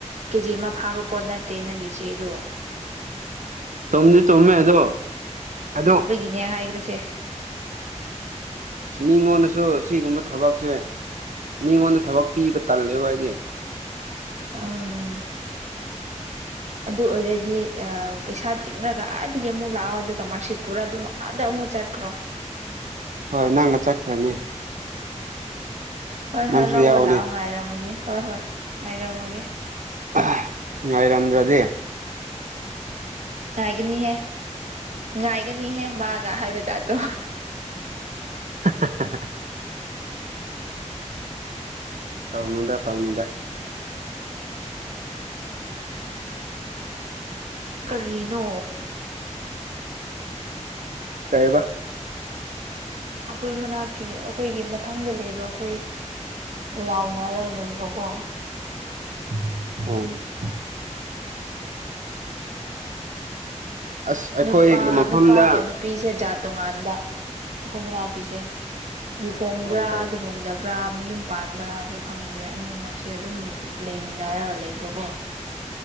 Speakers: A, on the right; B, on the right.
A: ꯀꯦꯖꯤ ꯑꯃ ꯐꯥꯕ ꯄꯣꯠ ꯅꯠꯇꯦ ꯅꯪꯒꯤꯆꯦꯗꯣ
B: ꯇꯨꯝꯗꯤ ꯇꯨꯝꯃꯦ ꯑꯗꯣ ꯑꯗꯨꯛ
A: ꯅ ꯍꯥꯏꯈ꯭ꯔꯁꯦ
B: ꯑ ꯃꯤꯉꯣꯟꯗꯁꯨ ꯁꯤꯒꯨꯝꯕ ꯊꯕꯛꯁꯦ ꯃꯤꯉꯣꯟꯗ ꯊꯕꯛ ꯄꯤꯕ ꯇꯜꯂꯦꯕ ꯍꯥꯏꯗꯤ
A: ꯑꯥꯝ ꯑꯗꯨ ꯑꯣꯏꯔꯗꯤ ꯑ ꯄꯩꯁꯥ ꯇꯤꯡꯔꯒ ꯑꯗꯒꯤ ꯑꯃꯨꯛ ꯂꯥꯛꯑꯣ ꯑꯗꯨꯒ ꯃꯥꯔꯛꯁꯤꯠ ꯄꯨꯔꯥ ꯑꯗꯨꯝ ꯑꯗ ꯑꯃꯨꯛ ꯆꯠꯈ꯭ꯔꯣ
B: ꯍꯣꯏ ꯅꯪꯒ ꯆꯠꯈ꯭ꯔꯅꯤ
A: ꯍꯣꯏ ꯍꯣꯏ
B: ꯅꯪꯁꯨ
A: ꯂꯧꯕ
B: ꯌꯥꯎꯅꯤ
A: ꯂꯥꯛꯑꯣ ꯉꯥꯏꯔꯝꯃꯒꯦ ꯍꯣꯏ ꯍꯣꯏ ꯉꯥꯏꯔꯝꯃꯒꯦ
B: ꯑꯍ ꯉꯥꯏꯔꯝꯗ꯭ꯔꯗꯤ
A: ꯉꯥꯏꯒꯅꯤꯍꯦ ꯉꯥꯏꯒꯅꯤꯍꯦ ꯃꯥꯒ ꯍꯥꯏꯕ ꯖꯥꯠꯇꯣ
B: ꯍꯍ ꯇꯧꯅꯗ ꯇꯧꯅꯗ
A: ꯀꯔꯤꯅꯣ
B: ꯇꯕ
A: ꯑꯩꯈꯣꯏ ꯃꯅꯥꯛꯀꯤ ꯑꯩꯈꯣꯏꯒꯤ ꯃꯊꯪꯗ ꯂꯩꯕ ꯑꯩꯈꯣꯏ ꯂꯥꯎꯅꯔꯒ ꯂꯩꯕꯀꯣ
B: <unintelligible> ꯑꯁ ꯑꯩꯈꯣꯏꯒꯤ
A: ꯅꯨꯄꯥ
B: ꯃꯐꯝꯗ
A: ꯅꯨꯄꯥꯒ ꯅꯨꯞ ꯄꯤꯁꯦ ꯖꯥꯠ ꯇꯣꯉꯥꯟꯕ ꯑꯈꯣꯏ ꯃꯅꯥꯛꯀꯤꯁꯦ ꯂꯨꯍꯣꯡꯕ꯭ꯔꯥ
B: ꯑꯣ
A: ꯂꯨꯍꯣꯡꯗꯕ ꯄꯨꯔꯥ ꯃꯌꯨꯝ ꯄꯥꯟꯕ꯭ꯔꯥꯁꯨ ꯈꯪꯗꯦ ꯑꯅꯤꯃꯛꯁꯦ ꯑꯗꯨꯝ ꯂꯩꯃꯤꯟꯅꯔꯒ ꯂꯩꯕꯀꯣ